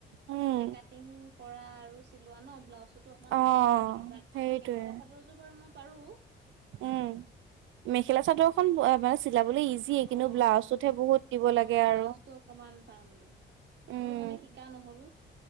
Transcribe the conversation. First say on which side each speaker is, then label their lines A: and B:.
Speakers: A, on the right; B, on the right.
A: উম,
B: এই কাটিং কৰা আৰু চিলোৱা ন ব্লাউজ বটো অকমান
A: অ',
B: টানেই, বাকী
A: সেইটোৱে
B: মেখেলা চাদৰযোৰ বাৰু মই পাৰো।
A: উম মেখেলা চাদৰ এখন বা বাও চি চিলাবলে ইজি এ
B: অ',
A: কিন্তু ব্লাউজটোতহে
B: মেখেলা
A: বহুত দিব লাগে
B: অ', ব্লাউজটো
A: আৰু।
B: অকমান টান সেইটো
A: উম।
B: মানে শিকা নহ'ল।